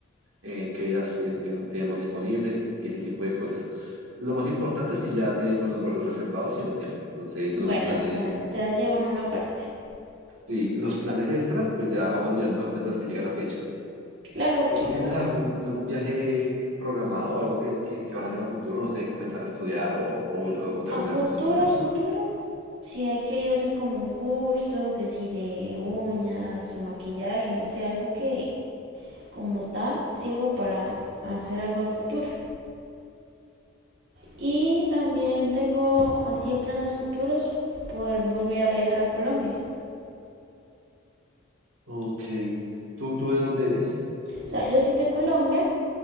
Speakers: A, on the right; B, on the right.
A: eh, qué días eh, ten- tenemos disponibles y ese tipo de cosas. Lo más importante es que ya tenemos los vuelos reservados y el hotel. Entonces
B: Bueno,
A: los planes
B: ya, ya llevan una parte.
A: Sí, los planes extras, pues ya vamos mirando mientras que llega la fecha.
B: Claro, poco
A: ¿Tú tienes
B: a poco.
A: algún, algún viaje programado o algo que, que, que vas a hacer a futuro? No sé, comenzar a estudiar o, o, o terminar
B: A futuro,
A: tus estudios.
B: a futuro, si he querido hacer como un curso, que si de uñas o maquillaje, no sé, algo que como tal sirva para hacer algo al futuro. Y también tengo así de planes futuros poder volver a viajar a Colombia.
A: Ok. ¿Tú, tú de dónde eres?
B: O sea, yo soy de Colombia